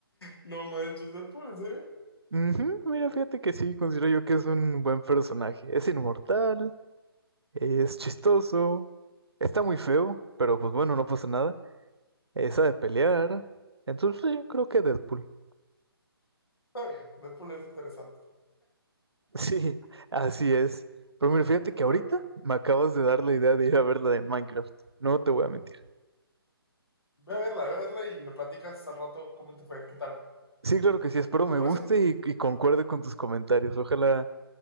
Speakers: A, on the left; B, on the right.
A: No manches, ¿es por en serio?
B: Ujú, mira, fíjate que sí, considero yo que es un buen personaje. Es inmortal, es chistoso, está muy feo, pero pues bueno, no pasa nada. Esa de pelear. Entonces, sí, creo que Deadpool. <laughs>
A: Está bien, Deadpool es interesante.
B: Sí, así es. Pero mira, fíjate que ahorita
A: Bueno,
B: me acabas de dar la idea de ir a ver la de Minecraft. No te voy a mentir.
A: ve a verla, ve a verla y me platicas al rato cómo te fue, qué tal.
B: Sí, claro que sí, espero
A: ¿Te
B: me
A: parece?
B: guste y, y concuerde con tus comentarios. Ojalá